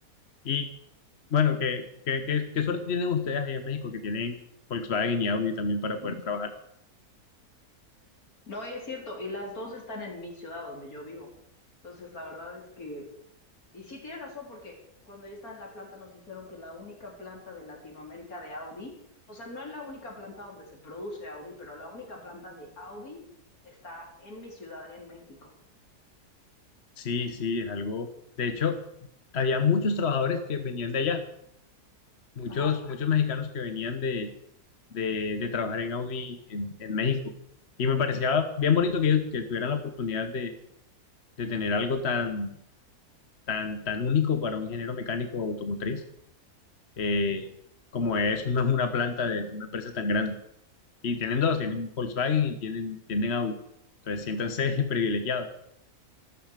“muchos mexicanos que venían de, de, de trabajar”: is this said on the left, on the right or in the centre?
Left